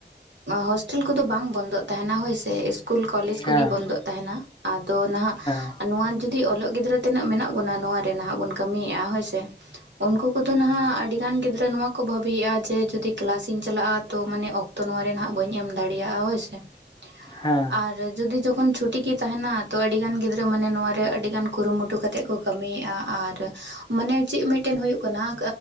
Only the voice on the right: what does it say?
ᱦᱚᱸᱥᱴᱮᱞ ᱠᱚᱫᱚ ᱵᱟᱝ ᱵᱚᱱᱫᱚᱜ ᱛᱟᱦᱮᱱᱟ, ᱦᱳᱭ ᱥᱮ ᱤᱥᱠᱩᱞ ᱠᱚᱞᱮᱡᱽ
ᱠᱚᱜᱮ ᱵᱚᱱᱫᱚᱜ ᱛᱟᱦᱮᱱᱟ᱾ ᱟᱫᱚ ᱱᱟᱦᱟᱜ
ᱱᱚᱣᱟ ᱡᱩᱫᱤ ᱚᱞᱚᱜ ᱜᱤᱫᱽᱨᱟᱹ ᱛᱤᱱᱟᱹᱜ ᱢᱮᱱᱟᱜ ᱵᱚᱱᱟ ᱱᱚᱣᱟ ᱨᱮ ᱱᱟᱦᱟᱜ ᱵᱚᱱ ᱠᱟᱹᱢᱤᱭᱮᱫᱼᱟ? ᱦᱳᱭ ᱥᱮ᱾ ᱩᱱᱠᱩ ᱠᱚᱫᱚ ᱱᱟᱦᱟᱜ ᱟᱹᱰᱤ ᱜᱟᱱ ᱜᱤᱫᱽᱨᱟᱹ ᱱᱚᱣᱟ ᱠᱚ ᱵᱷᱟᱵᱤᱭᱮᱫᱼᱟ ᱡᱮ ᱡᱩᱫᱤ ᱠᱮᱞᱟᱥ ᱤᱧ ᱪᱟᱞᱟᱜᱼᱟ ᱛᱚ ᱢᱟᱱᱮ ᱚᱠᱛᱚ ᱱᱚᱣᱟ ᱨᱮᱦᱟᱜ ᱵᱟᱹᱧ ᱮᱢ ᱫᱟᱲᱮᱭᱟᱜᱼᱟ ᱦᱳᱭ ᱥᱮ
ᱟᱨ ᱡᱩᱫᱤ ᱡᱚᱠᱷᱚᱱ ᱪᱷᱩᱴᱤ ᱜᱮ ᱛᱟᱦᱮᱱᱟ ᱛᱚ ᱟᱹᱰᱤᱜᱟᱱ ᱜᱤᱫᱽᱨᱟᱹ ᱢᱟᱱᱮ ᱱᱚᱣᱟ ᱨᱮ ᱟᱹᱰᱤ ᱜᱟᱱᱼᱼ ᱠᱩᱨᱩᱢᱩᱴᱩ ᱠᱟᱛᱮᱫ ᱠᱚ ᱠᱟᱹᱢᱤᱭᱮᱫᱼᱟ ᱟᱨ ᱢᱟᱱᱮ ᱪᱮᱫ ᱢᱤᱫᱴᱮᱱ ᱦᱩᱭᱩᱜ ᱠᱟᱱᱟ